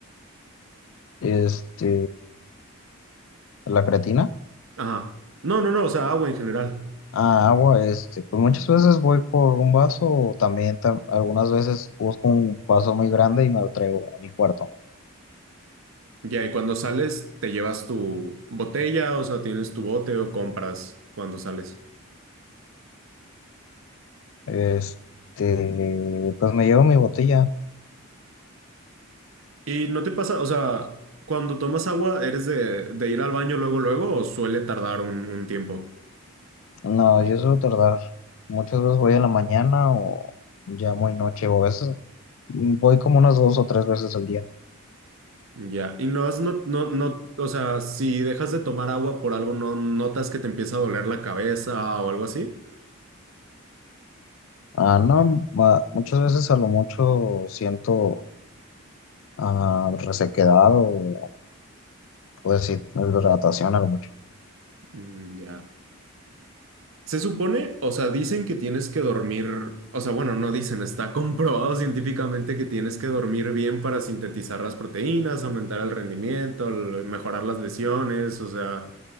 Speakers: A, on the left (about 65°); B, on the right (about 65°).
A: Este, la creatina,
B: Ajá. No, no, no, o sea, agua en general.
A: a agua, este, pues muchas veces voy por un vaso o también tam- algunas veces busco un vaso muy grande y me lo traigo a mi cuarto.
B: Ya, y cuando sales, te llevas tu botella, o sea, tienes tu bote o compras cuando sales.
A: Este, pues me llevo mi botella.
B: ¿Y no te pasa, o sea, cuando tomas agua, eres de, de ir al baño luego, luego, o suele tardar un, un tiempo?
A: No, yo suelo tardar. Muchas veces voy en la mañana o ya muy noche o a veces mm, voy como unas dos o tres veces al día.
B: Ya, y no has, no, no, no, o sea, si dejas de tomar agua por algo, ¿no notas que te empieza a doler la cabeza o algo así?
A: Ah, no, ma- muchas veces a lo mucho siento ah, resequedad o, o deshid- deshidratación a lo mucho.
B: Mm, Ya. Se supone, o sea, dicen que tienes que dormir, o sea, bueno, no dicen, está <laughs> comprobado científicamente que tienes que dormir bien para sintetizar las proteínas, aumentar el rendimiento, l- mejorar las lesiones, o sea,